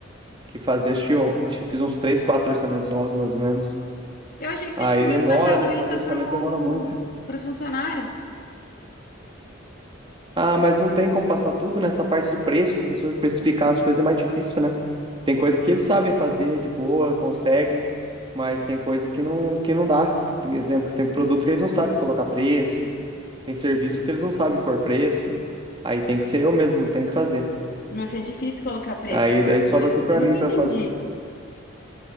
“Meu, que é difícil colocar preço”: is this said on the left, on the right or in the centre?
Left